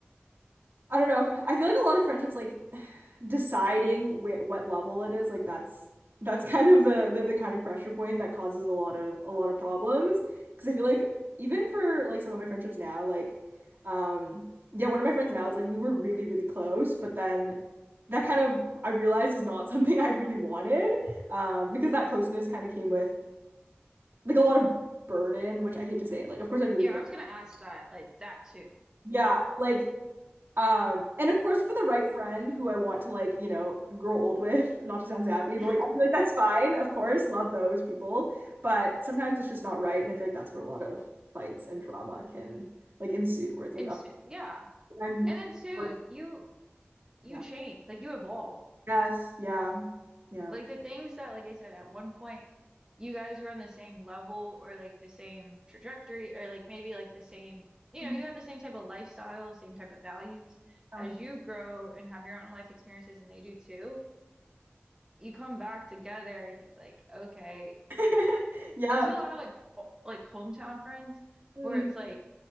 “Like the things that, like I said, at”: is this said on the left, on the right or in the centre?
Right